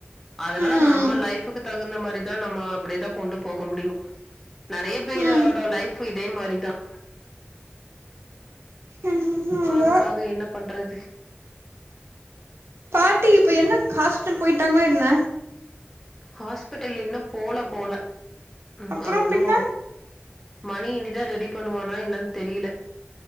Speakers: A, in the centre; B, on the right.
A: அதனால
B: ம்
A: நம்ம லைப்புக்கு தகுந்த மா அப்டிதான் நம்ம அப்டி தா கொண்டு போக முடியும் நெறைய பேரோட
B: ம்
A: லைஃப் பு இதே மாரிதான்
B: என்னவோ
A: அதுக்காக என்ன பண்ற <inaudible>
B: பாட்டி இப்ப என்ன ஹாஸ்பிட்டல் போயிட்டாங்கள என்ன
A: ஹாஸ்பிட்டல் இன்னு போல போல உம்
B: அப்புறோ
A: அவ இன்னு
B: பின்ன
A: மணி இன்னிதான் ரெடி பண்ணுவானா என்னன்னு தெரியல